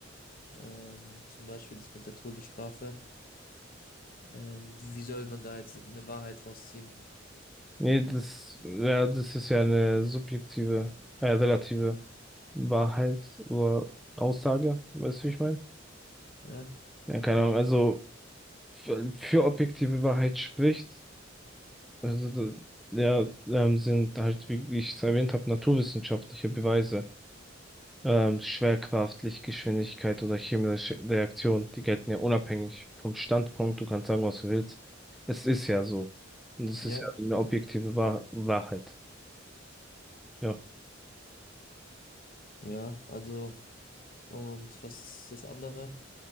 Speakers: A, on the left; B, in the centre.
A: Ähm, zum Beispiel das mit der Todesstrafe. Ähm, wie soll man da jetzt eine Wahrheit rausziehen?
B: Nee, das, ja, das ist ja eine subjektive, äh, relative Wahrheit oder Aussage, weißt du, wie ich meine?
A: Ja,
B: Ja, keine Ahnung, also für, für objektive Wahrheit spricht, also da- ja, ähm, sind halt, wie ich es erwähnt habe, naturwissenschaftliche Beweise, ähm, Schwerkraft, Lichtgeschwindigkeit oder chemische Reaktion, die gelten ja unabhängig vom Standpunkt, du kannst sagen, was du willst. Es ist ja so. Und es
A: ja,
B: ist ja eine objektive Wahr Wahrheit. Ja,
A: ja, also, und was ist das andere?